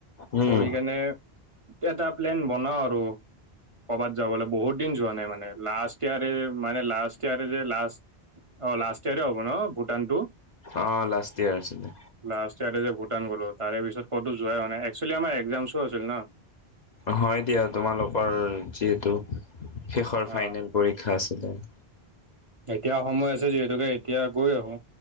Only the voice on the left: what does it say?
উম,
অ', লাষ্ট ইয়াৰ আছিলে
হয় দিয়া তোমালোকৰ যিহেতু শেষৰ
ফাইনেল পৰীক্ষা আছ <inaudible>